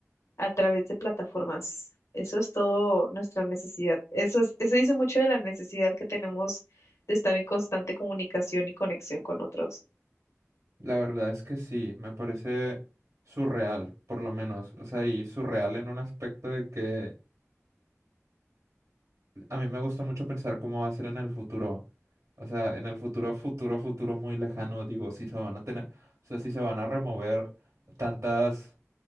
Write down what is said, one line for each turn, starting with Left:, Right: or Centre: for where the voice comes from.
Left: a través de plataformas. Eso es todo nuestra necesidad. Eso es, eso dice mucho de la necesidad que tenemos de estar en constante comunicación y conexión con otros.
Right: La verdad es que sí, me parece surreal, por lo menos. O sea, y surreal en un aspecto de que a mí me gusta mucho pensar cómo va a ser en el futuro. O sea, en el futuro, futuro, futuro muy lejano, digo, si se van a tener, o sea, si se van a remover tantas